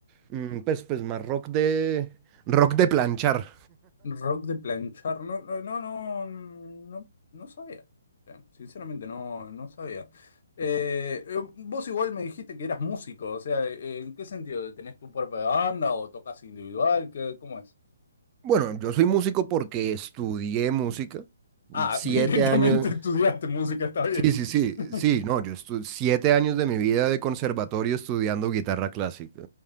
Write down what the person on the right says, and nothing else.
mm, pues, pues más rock de rock de planchar.
Bueno, yo soy músico porque estudié música.
Siete
años.
Sí, sí, sí,
sí, no, yo estuve siete años de mi vida de conservatorio estudiando guitarra clásica.